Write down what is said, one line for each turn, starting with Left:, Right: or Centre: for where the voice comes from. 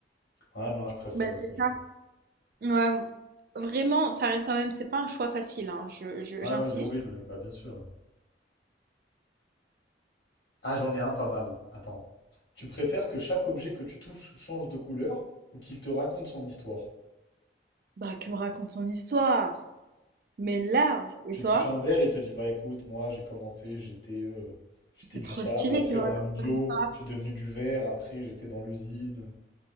Left: Ouais, non, je préférais
Right: Bah
Left: ça,
Right: c'est ça.
Left: je pense.
Right: Ouais, vraiment, ça reste quand même, c'est pas un choix facile, hein, je, je-
Left: Ouais,
Right: j'insiste.
Left: ouais, il est horrible. Bah, bien sûr. ouais. Ah, j'en ai un pas mal. Attends. Tu préfères que chaque objet que tu touches change de couleur ou qu'il te raconte son histoire?
Right: Bah, qui me raconte son histoire, mais large. Et
Left: Tu
Right: toi?
Left: touches un verre, il te dit, bah écoute, moi j'ai commencé, j'étais euh, j'étais
Right: C'est
Left: du
Right: trop
Left: sable,
Right: stylé
Left: après
Right: qui me
Left: on
Right: raconte
Left: m'a mis de
Right: son
Left: l'eau,
Right: histoire.
Left: je suis devenu du verre, après j'étais dans l'usine.